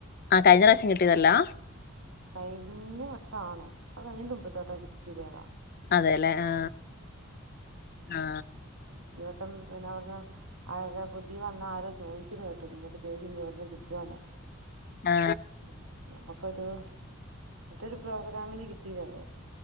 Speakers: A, on the left; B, on the right.
A: കഴിഞ്ഞറാശ്യം കിട്ടിയതല്ലാ
B: കൈ ഞ്ഞ വട്ടാണോ അത് കഴഞ്ഞന്റമുമ്പ്തട്ടം കിട്ടിയ ബാക
A: അതേലെ ആ ആ
B: ഇവട്ടം പിന്നെ അവിടുന്ന് ആ പുതിയ വന്ന ആരോ ചോദിക്കുന്നേട്ടു ഇന്നത്തെ ബേഗ്ഞ്ഞി ഇവിടുന്ന് കിട്ടോന്ന്
A: ആ
B: ഉം നമ്മ കൊതു ഇതൊരു പ്രോഗ്രാമിന് കിട്ടിയത ത്